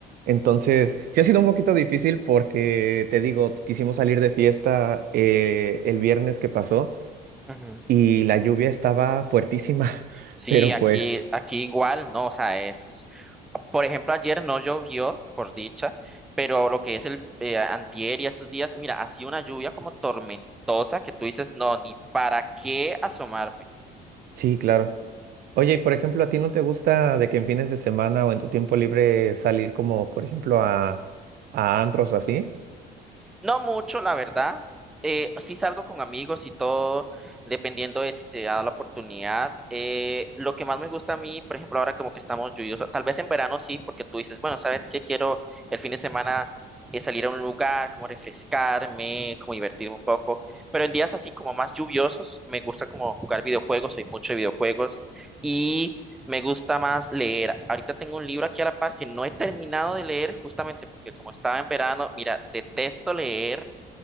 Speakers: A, on the right; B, in the centre.
A: Entonces, sí ha sido un poquito difícil porque te digo, quisimos salir de fiesta eh, el viernes que pasó
B: ujú.
A: y la lluvia estaba fuertísima, <laughs>
B: Sí,
A: pero
B: aquí,
A: pues
B: aquí igual, ¿no? O sea, es, por ejemplo, ayer no llovió, por dicha, pero lo que es el eh, antier y esos días, mira, ha sido una lluvia como tormentosa que tú dices, no, ni para qué asomarme.
A: sí, claro. Oye, y por ejemplo, ¿a ti no te gusta de que en fines de semana o en tu tiempo libre salir como, por ejemplo, a, a antros o así?
B: No mucho, la verdad. Eh, sí salgo con amigos y todo, dependiendo de si se da la oportunidad. Eh, lo que más me gusta a mí, por ejemplo, ahora como que estamos lluviosos, tal vez en verano sí, porque tú dices, bueno, ¿sabes qué? Quiero el fin de semana eh, salir a un lugar, como refrescarme, como divertirme un poco. Pero en días así como más lluviosos, me gusta como jugar videojuegos, soy mucho de videojuegos. Y me gusta más leer. Ahorita tengo un libro aquí a la par que no he terminado de leer justamente porque como estaba en verano, mira, detesto leer